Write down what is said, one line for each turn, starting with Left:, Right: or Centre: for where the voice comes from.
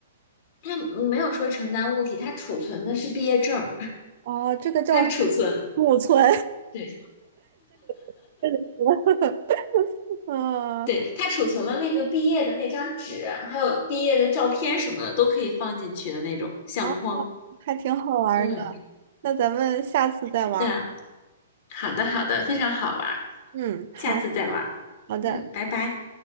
Left: 它没有说承担物体，它储存的是毕业证儿，
Right: 哦，这个叫
Left: 它储存，
Right: <laughs> 储存，
Left: 对
Right: <laughs> 这个词 <laughs> 嗯，
Left: 对，它储存了那个毕业的那张纸，还有毕业的照片什么的，都可以放进去的那种相框。
Right: 啊，还挺好玩儿的。
Left: 嗯，
Right: 那咱们下次再玩儿
Left: 是的。好的，好的，非常好玩
Right: 嗯，好。
Left: 下次再玩
Right: 好的。
Left: 嗯，拜拜。